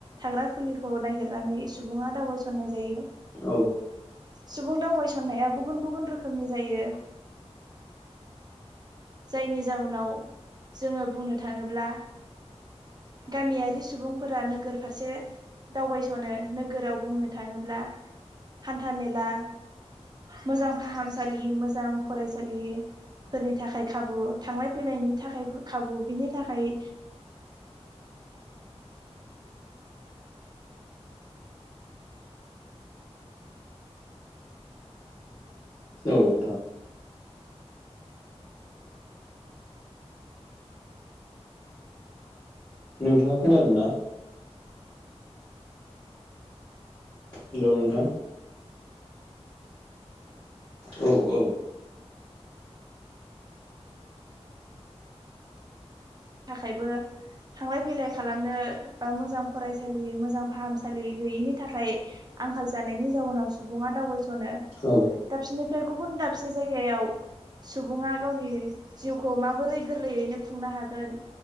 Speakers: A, on the right; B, on the left.
A: थाग्रा फुलिखौ नागिर नानै सुबुङा दावबायसननाय जायो।
B: औ
A: सुबुं दावबायसननाया गुबुन-गुबुन रोखोमनि जायो जायनि जााहनाव जोङो बुंनो थाङोब्ला गामियारि सुबुंफोरा नोगोर फारसे दावबायस'नो नोगोराव बुंनो थाङोब्ला हान्था मेला मोजां फाहामसालि मोजां फरायसालिफोरनि थाखाय खाबु थांलाय फैलायनि थाखाय खाबु बिनि थाखाय
B: औ नोंथां। नोंथाङा खोनादों ना? हेलोव नोंथां औ औ
A: थाखायबो थांलाय फैलाय खालामनो बा मोजां फरायसालि मोजां फाहामसालि गैयिनि थाखाय आंखाल जानायनि जाउनाव सुबुङा दावबायसनो
B: औ
A: दा बिनि फ्राय गुबुन दाबसे जायगायाव सुबुङा गावनि जिउखौ माबोरै गोरलैयैनो खुंनो हागोन